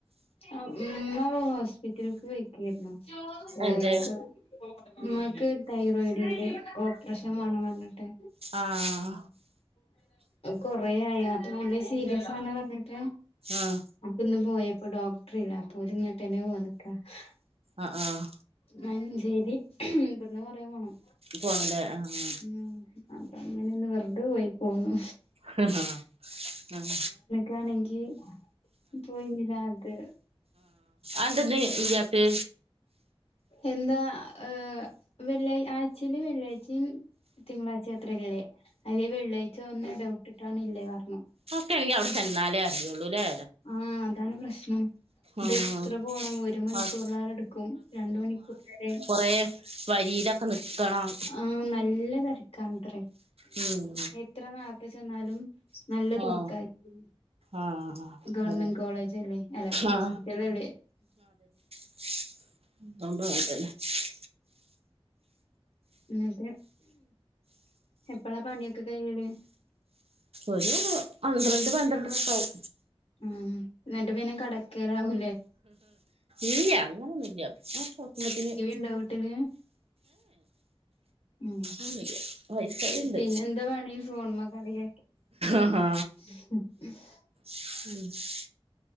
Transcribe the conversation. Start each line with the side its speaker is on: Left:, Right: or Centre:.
Left: ആഹ് ഉമ്മ ഹോസ്പിറ്റൽക്ക് പോയി ക്കേര്ന്നു ജോലി
Right: എന്ത്
Left: ഒക്കെ ഉമ്മക്ക് തൈറോയിഡിന്റെ ഓപ്പറഷൻ വേണം പറഞ്ഞിട്ട്
Right: ആഹ്
Left: കൊറേയായി അപ്പൊ നല്ല സീരിയസാണ് പറഞ്ഞിട്ട്
Right: ആഹ്
Left: അപ്പന്ന് പോയപ്പൊ ഡോക്ടർ ഇല്ല അപ്പൊ ഇത് ഇങ്ങട്ടന്നെ പോന്നക്കാ ഹേ
Right: ആഹ് ആഹ്
Left: മഞ്ചേരി ഇവിടുന്ന് കൊറേ പോണം
Right: പോണല്ലേ ആഹ്
Left: ഉം അപ്പൊ അങ്ങനെന്ന് വെർതെ പോയി പോന്നു
Right: ഹെഹാ ഹാഹ
Left: കണെങ്കി പോയിന്നില്ലാത്
Right: ആന്തന്ന് ല്യാത്തെ
Left: എന്താ ഏഹ് വെള്ളിയ ആഴ്ച്ചയില് വെള്ളിയാഴ്ച്ചിം തിങ്കളാഴ്ചയത്രരേല്ലേ അല്ലേ വെള്ളിയാഴ്ച ഒന്ന് ഇടവിട്ടിട്ടാണ് ഇല്ലേ പറഞ്ഞു
Right: ക്കെണെങ്കിൽ അവിടെ
Left: അപ്പൊ
Right: ചെന്നാലേ അറിയുള്ളൂല്ലേ
Left: ആഹ്! അതാണ് പ്രശ്നം. ഇതത്രെ
Right: ആഹ്
Left: പോണം ഒരു മണിക്കൂറിലേറെ
Right: അത്
Left: എടുക്കും. രണ്ടു മണിക്കൂർ വരെ
Right: കുറേ വരിയിലൊക്കെ നിക്കണം.
Left: ആഹ്! നല്ല തിരക്കാണ്ടറേ
Right: ഉം.
Left: എത്ര നേരത്തെ ചെന്നാലും നല്ല തിരക്കായിരിക്കും.
Right: ആഹ് ആഹ്
Left: ഗവൺമെന്റ്
Right: അതെ
Left: കോളേജ് അല്ലേ അല്ല ഹോസ്പിറ്റലല്ലേ?
Right: ആഹ് <unintelligible>
Left: എന്നിട്ട് എപ്പോളാ പണിയൊക്കെ കഴിയല്?
Right: ഒരു പന്ത്രണ്ട് പന്ത്രണ്ടര ഒക്കെ ആവും.
Left: ഉം. എന്നിട്ട് പിന്നെ കിടക്കലാവും.
Right: ഇല്ല അങ്ങനൊന്നുമില്ല. നോക്കുമ്പോഴത്തേനു.
Left: ണ്ടോ വീട്ടില്? ഉം.
Right: ഒന്നുല്ല വൈഫൈ ഉണ്ട്
Left: പിന്നെന്ത പണി ഫോണ് മ്മ കളിക
Right: ആഹാ
Left: <unintelligible>
Right: <unintelligible>